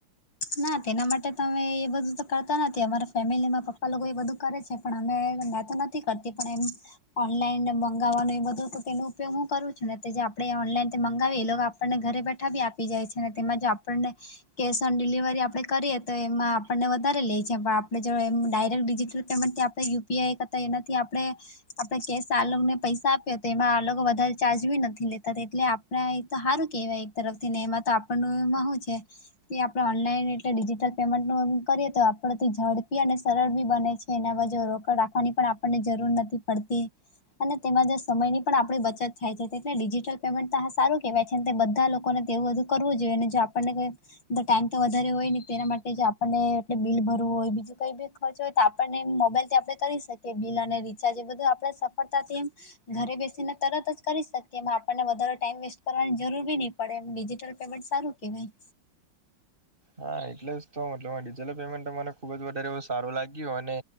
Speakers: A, on the left (about 70°); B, on the right (about 25°).
A: ના તેના માટે તો અમે એ બધું તો કરતા નથી અમારા ફેમિલીમાં પપ્પા લોકો એ બધું કરે છે. પણ અમે ધંધા તો નથી કરતી પણ એમ- ઓનલાઈન મંગાવવાનો એ બધું તેનો ઉપયોગ હું કરું છું. ને જે આપણેે ઓનલાઈન મંગાવીએ એ લોકો- આપને ઘરે બેઠા બી આપી જાય છે. ને તેમાં જો આપણને કે- ડિલિવરી આપણે કરીએ તો એમાં આપણને વધારે લેએ છે પણ આપણે જો એમ ડાયરેક્ટ ડિજિટલ પેમેન્ટથી આપ- યુપીઆઈ કરતા એનાથી આપડણે- આપડે કેસ આલોને પૈસા આપ્યો તો એમાં આ લોકો વધારે ચાર્જી નથી લેતા એટલે- આપ એ તો સારું કેહેવાય એક તરફથી ને એમાં તો આપણ ન એમાં શું છે. તે આપણે ઓનલાઈન એટલે ડિજીટલ પેમેન્ટ નું એમ કરીએ તો આપડથી ઝડપી અને સરળ બી બને છે. એના બાુ રોકડ રાખવાની પણ આપણને જરૂર નથી પડતી- અને તેમાં જ સમયની પણ આપણી બચત થાય છે. એટલે ડિજીટલ પેમેન્ટ તો આ સારું કેહેવાય છે. તે બધા લોકોને તેવું બધું કરવું જોઈએ ને જો -આપણ ને ઈ ટાઈમ તો વધારે હોય ને તેના માટે જ આપણને એટલે બિલ ભરવું હોય બીજું કંઈ બી ખર્ચ હોય તો આપ ટાઈ અને મોબાઈલ થી આપણે કરી શકીએ બિલ અને રીચાર્જ એ બધું આપણે સફળતાથી એમ ઘરે બેસીને તરત જ કરી શકીએ એમા આપણને વધારે ટાઈમ વેસ્ટ કરવાની જરૂરી બી નહી પડે એમ ડિજિટલ પેમેન્ટ સારું કેવાય
B: હા એટલે જ તો મતલબ આ ડિજીટલ પેમેન્ટ મને ખુબ જ વધારે એવું સારું લાગ્યું અને